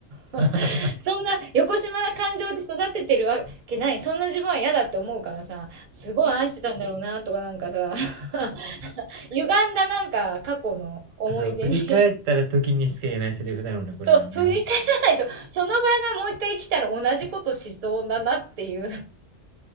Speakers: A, on the right; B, on the right.
A: <laughs>
B: <laughs>
A: そんな、横島な感情で育ててるわけない。そんな自分は嫌だって思うからさ、すごい愛してたんだろうな、とかなんかさ、<laughs> 歪んだなんか過去の思い出に
B: そう、振り返ったら時にしか言えないセリフだろうね、これはね。
A: そう、振り返らないと、その場がもう一回来たら同じことしそうだなっていう